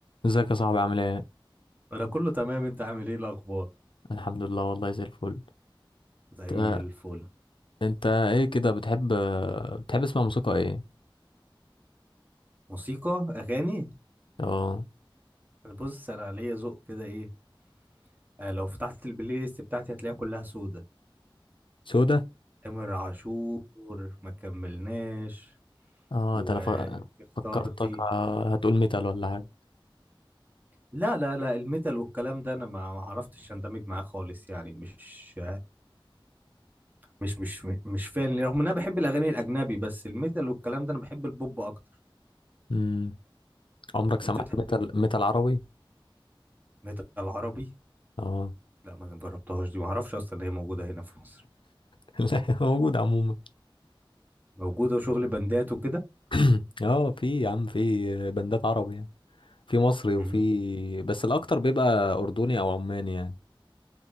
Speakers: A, on the left; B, on the right.
A: ازيك يا صاحبي عامل ايه؟
B: انا كله تمام انت عامل ايه الاخبار
A: الحمد لله والله زي الفل
B: زي
A: آه،
B: الفل
A: انت ايه كده بتحب آه، بتحب تسمع موسيقى ايه؟
B: موسيقى اغاني
A: اه
B: انا بص انا ليا ذوق كده ايه آه لو فتحت البلاي ليست بتاعتي هتلاقيها كلها سودة
A: سودا
B: تامر عاشور ما كملناش
A: اه
B: واختارتي
A: ده انا ف- فكرتك آه، هتقول ميتال ولا حاجة
B: لا لا لا الميتال والكلام ده انا ما ما عرفتش اندمج معاه خالص يعني مش مش مش مش فان رغم ان انا بحب الاغاني الاجنبي بس الميتال والكلام ده انا بحب البوب اكتر
A: امم عمرك سمعت
B: انت بتحب
A: ميتال
B: ايه
A: ميتال عربي؟
B: ميتال عربي
A: اه
B: لا ما جربتهاش دي ما اعرفش اصلا ان هي موجودة هنا في مصر
A: <laughs> لا موجود عموما
B: موجوده وشغل بندات وكده
A: <clears throat> اه في يا عم في بندات عربي يعني في مصري وفي
B: مم.
A: بس الاكتر بيبقى اردني او عماني يعني